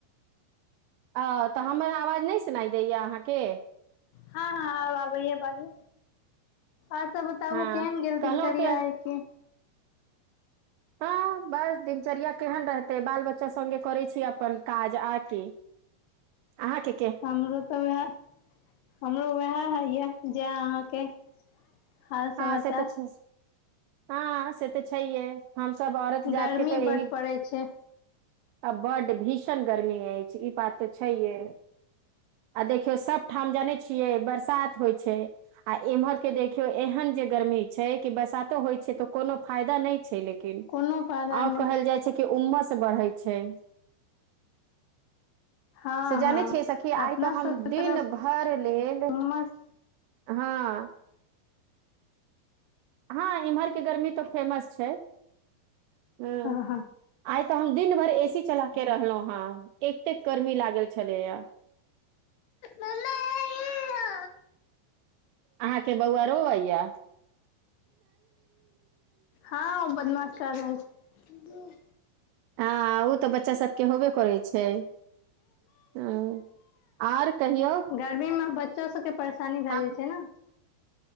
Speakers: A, on the right (about 80°); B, on the left (about 80°).
A: ओ तऽ हमर आवाज नै सुनाई दै यै अहाँके?
B: हां-हां आब आबै यै बाजू और सब बताबु
A: हँ
B: केहेन गेल
A: कहलहुँ
B: दिनचर्या
A: के
B: आय ठीक।
A: <unintelligible> बस दिनचर्या केहेन रहतै, बाल-बच्चा संगे करै छी अपन काज आर की अहाँ के
B: हमरो तऽ वैह हमरो वहै हय यै जे अहाँके हाल
A: हां
B: समाचार
A: से तऽ छै हां से तै छहियै। हम सब औरत
B: गर्मी
A: जात के तै यही
B: बड पड़ै छै
A: आ बड्ड भीषण गर्मी ऐछ ई बात तऽ छहिए आ देखियौ सब ठाम जाने छियै बरसात होय छै आ इम्हर के देखियौ एहे हन जे गर्मी छै कि बरसातो होय छै तो कोनो फायदा नै छै लेक किन
B: कोनो फायदा
A: आव
B: नहि
A: कहल जाए छै कि उम्स बढ़ै छै।
B: हँ
A: से जानै
B: हँ
A: छियै सखी
B: अपना
A: आय तऽ हम
B: सबके तरफ
A: दिन भर लेल
B: उमस
A: हां। हां इम्हर के गर्मी तो फेमस छै, ऐ
B: हँ
A: आय तऽ हम दिन भर ए सी चला के रहलौं हें एतेक गर्मी लागल छलै यै।
B: मम्मी एया
A: अहाँ के बौआ रोवै य
B: हां बदमाशी कै रहल छै।
A: हां उ तऽ बच्चा सबके होबे करै छै। आ और कहियौ
B: गर्मी में बच्चो सबके परेशानी भै
A: हम
B: जाए छै नै।